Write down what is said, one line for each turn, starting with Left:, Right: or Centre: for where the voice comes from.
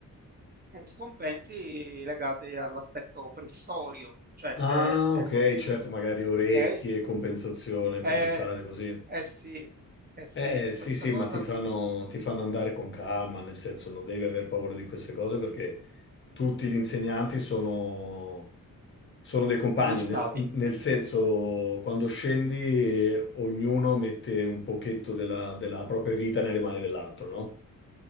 Right: eh, scompensi legati all'aspetto pressorio, cioè se,
Left: Ah,
Right: se
Left: ok,
Right: non...
Left: certo, magari orecchie,
Right: Ok?
Left: compensazione, compensare
Right: Eh,
Left: così.
Right: eh sì, eh sì,
Left: Eh sì,
Right: questa
Left: sì,
Right: cosa
Left: ma ti fanno,
Right: mi...
Left: ti fanno andare con calma, nel senso non devi aver paura di queste cose perché tutti gli insegnanti sono, sono dei compagni,
Right: Qualificati.
Left: nel, nel senso quando scendi eh, ognuno mette un pochetto della, della propria vita nelle mani dell'altro, no?